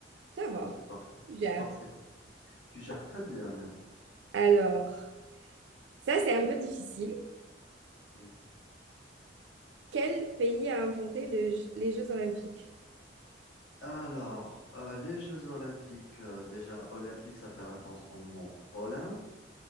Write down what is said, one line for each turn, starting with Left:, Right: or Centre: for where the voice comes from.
Right: Ça
Left: Voilà,
Right: va.
Left: c'est parfait.
Right: Je Gère.
Left: Parfait. Tu gères très bien même.
Right: Alors ça c'est un peu difficile.
Left: Mm.
Right: Quel pays a inventé le- les Jeux Olympiques?
Left: Alors, euh, les Jeux Olympiques, euh, déjà, Olympique, ça fait référence au mont Olympe.